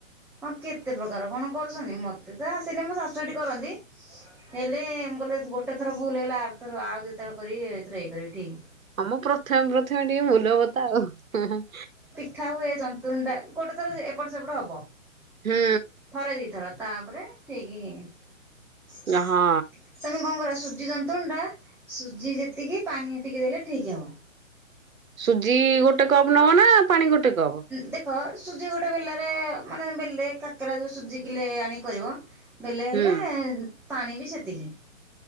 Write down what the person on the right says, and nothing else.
ହଁମ ପ୍ରଥମେ ପ୍ରଥମେ ଟିକେ ଭୁଲ୍ ହବତ ଆଉ।
ହୁଁ
ଇଲୋ ହଁ।
ସୁଜି ଗୋଟେ କପ୍ ନବ ନା ପାଣି ଗୋଟେ କପ୍?
ହୁଁ